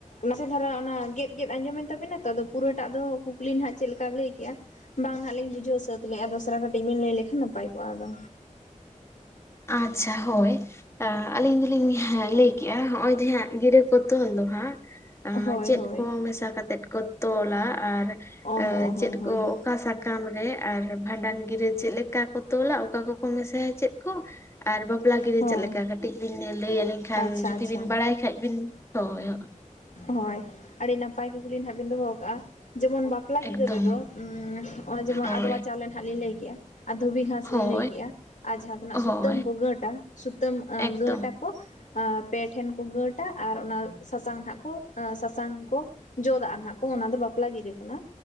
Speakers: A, on the left; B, on the left.
A: ᱱᱟᱥᱮ ᱫᱷᱟᱨᱟ ᱚᱱᱟ ᱜᱮᱫ ᱜᱮᱫ ᱟᱸᱡᱚᱢ ᱮᱱ ᱛᱟᱵᱮᱱᱟ ᱛᱚ, ᱟᱫᱚ ᱯᱩᱨᱟᱹᱴᱟᱜ ᱫᱚ ᱠᱩᱠᱞᱤ ᱱᱟᱦᱟᱜ ᱪᱮᱫ ᱞᱮᱠᱟ ᱞᱟᱹᱭ ᱠᱮᱜ-ᱟ᱾ ᱵᱟᱝ ᱦᱟᱸᱜ ᱞᱤᱧ ᱵᱩᱡᱷᱟᱹᱣ ᱥᱟᱹᱛ ᱞᱮᱼᱟ ᱫᱚᱥᱨᱟ ᱠᱟᱹᱴᱤᱡ ᱵᱤᱱ ᱞᱟᱹᱭ ᱞᱮᱠᱷᱟᱱ ᱱᱟᱯᱟᱭ ᱠᱚᱜ-ᱟ ᱟᱫᱚ᱾
B: ᱟᱪᱪᱷᱟ ᱦᱳᱭ᱾ ᱟᱹᱞᱤᱧ ᱫᱚᱞᱤᱧ ᱞᱟᱹᱭ ᱠᱮᱜ-ᱟ ᱦᱚᱜᱼᱚᱭ ᱡᱮ ᱦᱟᱸᱜ ᱜᱤᱨᱟᱹ ᱠᱚ ᱛᱚᱞ ᱫᱚ ᱦᱟᱸᱜ
A: ᱦᱳᱭ
B: ᱪᱮᱫ
A: ᱦᱳᱭ
B: ᱠᱚ ᱢᱮᱥᱟ ᱠᱟᱛᱮᱜ ᱠᱚ ᱛᱚᱞᱟ ᱟᱨ
A: ᱚ ᱦᱚᱸ ᱦᱚᱸ
B: ᱪᱮᱫ
A: ᱦᱳᱭ
B: ᱠᱚ
A: ᱦᱳᱭ
B: ᱚᱠᱟ ᱥᱟ ᱠᱟᱢ ᱨᱮ᱾ ᱟᱨ ᱵᱷᱟᱸᱰᱟᱱ ᱜᱤᱨᱟᱹ ᱪᱮᱫ ᱞᱮᱠᱟ ᱠᱚ ᱛᱚᱞᱟ ᱚᱠᱟ ᱠᱚᱠᱚ ᱢᱮᱥᱟᱭᱟ ᱪᱮᱫ ᱠᱚ᱾ ᱟᱨ ᱵᱟᱯᱞᱟ ᱜᱤᱨᱟᱹ
A: ᱦᱳᱭ
B: ᱪᱮᱫ ᱞᱮᱠᱟ ᱠᱟᱹᱴᱤᱡ ᱵᱤᱱ ᱞᱟᱹᱭ ᱟᱹᱞᱤᱧ ᱠᱷᱟᱱ
A: ᱟᱪᱪᱷᱟ
B: ᱡᱩᱫᱤ
A: ᱟᱪᱪᱷᱟ
B: ᱵᱤᱱ ᱵᱟᱲᱟᱭ ᱠᱷᱟᱱᱡ ᱵᱤᱱ᱾ ᱦᱳᱭ ᱦᱳᱭ᱾
A: ᱦᱳᱭ ᱟᱹᱰᱤ ᱱᱟᱯᱟᱭ ᱠᱩᱠᱞᱤ ᱱᱟᱦᱟᱜ ᱵᱤᱱ ᱫᱚᱦᱚ ᱟᱠᱟᱜᱼᱟ᱾ ᱡᱮᱢᱚᱱ ᱵᱟ ᱯᱮᱞᱟ
B: ᱮᱠᱫᱚᱢ
A: ᱜᱤᱨᱟᱹ ᱨᱮᱫᱚ ᱚᱱᱮ ᱡᱮᱢᱚᱱ
B: ᱦᱳᱭ
A: ᱟᱫᱣᱟ ᱪᱟᱣᱞᱮ ᱦᱟᱸᱜ ᱞᱤᱧ ᱞᱟᱹᱭ ᱠᱮᱜ-ᱟ᱾ ᱟᱨ ᱫᱷᱩᱵᱤ ᱜᱷᱟᱥ
B: ᱦᱳᱭ
A: ᱞᱤᱧ ᱞᱟᱹᱭ ᱠᱮᱜ-ᱟ, ᱟᱨ ᱡᱟᱦᱟᱸ ᱫᱚ ᱱᱟᱜ
B: ᱦᱳᱭ
A: ᱥᱩᱛᱟᱹᱢ ᱠᱚ ᱜᱟᱹᱴᱟ ᱥᱩᱛᱟᱹᱢ
B: ᱮᱠᱫᱚᱢ
A: ᱜᱟᱹᱴᱟ ᱟᱠ ᱠᱚ᱾ ᱟᱨ ᱯᱮ ᱴᱷᱮᱱ ᱠᱚ ᱜᱟᱹᱴᱟ ᱟᱨ ᱚᱱᱟ ᱥᱟᱥᱟᱝ ᱦᱟᱸᱜ, ᱠᱚ ᱥᱟᱥᱟᱝ ᱠᱚ ᱡᱚᱫᱟᱜ-ᱟ ᱱᱟᱦᱟᱜ ᱠᱚ ᱚᱱᱟ ᱫᱚ ᱵᱟᱯᱞᱟ ᱜᱤᱨᱟᱹ ᱠᱟᱱᱟ᱾